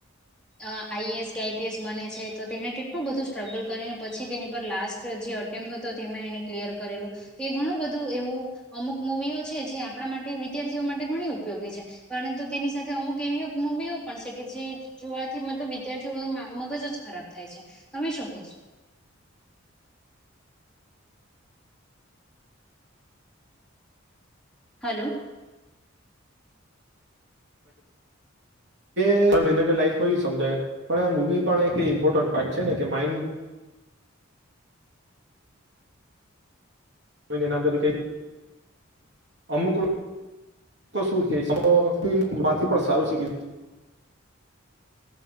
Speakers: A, in the centre; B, on the right.
A: આઈએએસ કે આઈપીએસ બને છે તો તેને કેટલું બધું સ્ટ્રગલ કરીને પછી તેની પર લાસ્ટ જે અટેમ્પ હતો તે એમાં એને કલિયર કરેલો એ ઘણું બધું એવ અમુક મુૂવીઓ છે જે આપણા માટે વિદ્યાર્થીઓ માટે ઘણી ઉપયોગી છે પરંતુ તેની સાથે અમુક એવી મુવીઓ પણ છે કે જે જોવાથી મતલબ વિદ્યાર્થીઓ ન મગજ જ ખરાબ થાય છે તમે શું કશો
B: <inaudible>
A: હલો
B: એ રિલેટે લાઈફમાં સમજાય પણ આ મવી પણ એક ઇમ્પોર્ટન્ટ પાર્ટ છે ને કે માઇન્ હ નેનાંદરી ક અમુકલ શું છેથી પણ સારું શીખ